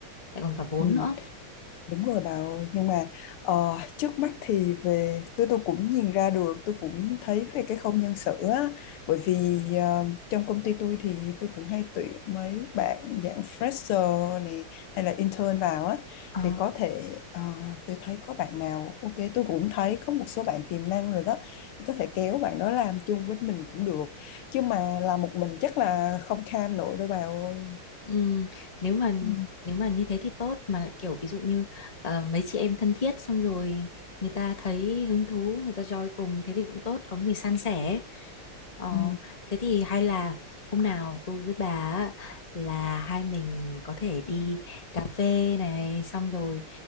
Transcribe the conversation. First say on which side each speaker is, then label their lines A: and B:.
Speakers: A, on the left; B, on the left.
A: lại còn cả vốn
B: Ừ.
A: nữa
B: Đúng rồi bà ơi, nhưng mà ờ, trước mắt thì về tôi tôi cũng nhìn ra được, tôi cũng thấy về cái khâu nhân sự á, bởi vì ờ, trong công ty tôi thì tôi cũng hay tuyển mấy bạn dạng fresher này hay là intern vào á,
A: Ờ,
B: thì có thể ờ, tôi thấy có bạn nào ok, tôi cũng thấy có một số bạn tiềm năng rồi đó, tôi có thể kéo bạn đó làm chung với mình cũng được, chứ mà làm một mình chắc là không kham nổi đâu bà ơi.
A: Ừm, nếu mà
B: Ừ.
A: nếu mà như thế thì tốt mà kiểu ví dụ như ờ, mấy chị em thân thiết xong rồi người ta thấy hứng thú người ta join cùng thế thì cũng tốt có người san sẻ Ờ,
B: Ừ.
A: thế thì hay là hôm nào tôi với bà á, là hai mình có thể đi cà phê này xong rồi